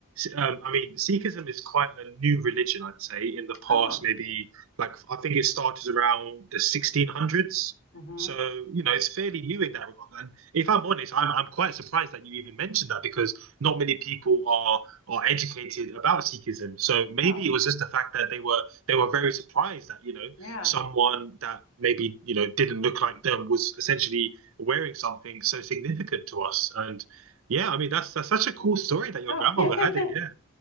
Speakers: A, on the right; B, on the left.
A: um, I mean Sikhism is quite a new religion, I'd say. In the past,
B: Oh,
A: maybe like I think it started around the 1600s,
B: mm hmm
A: so you know it's fairly new in that regard. And if I'm honest, I'm I'm quite surprised that you even mentioned that because not many people are are educated about Sikhism. So maybe
B: oh,
A: it was just the fact that they were they were very surprised that you know
B: yeah.
A: someone that maybe you know didn't look like them was essentially wearing something so significant to us. And yeah, I mean that's that's such a cool story that your
B: Oh,
A: grandmother
B: <laughs> <laughs>
A: had it. Yeah.